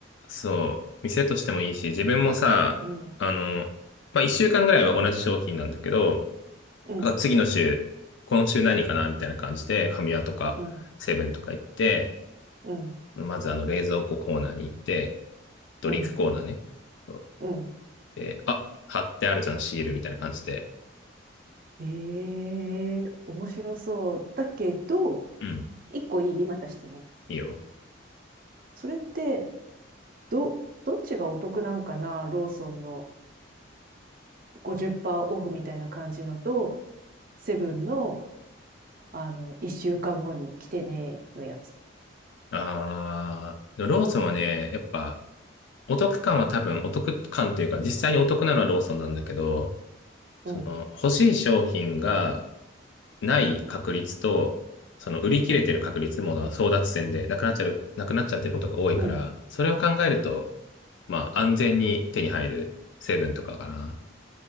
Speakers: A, on the left; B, on the right.
A: そう、店としてもいいし、自分もさ、
B: うん、
A: あの、まあ、一週間ぐらいは同じ商品なんだけど、
B: うん、
A: また次の週、今週何かなみたいな感じで、ファミマとか、
B: うん、
A: セブンとか行って、
B: うん、
A: まずあの、冷蔵庫コーナーに行って、ドリンクコーナーね。
B: うん、
A: そう
B: うん。
A: で、あ、貼ってあるじゃん、シールみたいな感じで。
B: ええ面白そう。だけど、
A: うん。
B: 一個いいまた質問。
A: いいよ。
B: それって、ど、どっちがお得なんかなローソンの50%オフみたいな感じのと、セブンの、あの、一週間後に来てねのやつ。
A: あー、でもローソンはね、やっぱ、お得感は多分、お得感というか、実際にお得なのはローソンなんだけど、その、
B: うん、
A: 欲しい商品がない確率と、その、売り切れてる確率も争奪戦で、
B: うん、
A: なくなっちゃう、なくなっちゃってることが多いから、
B: うん、
A: それを考えると、まあ、安全に手に入るセブンとかかな。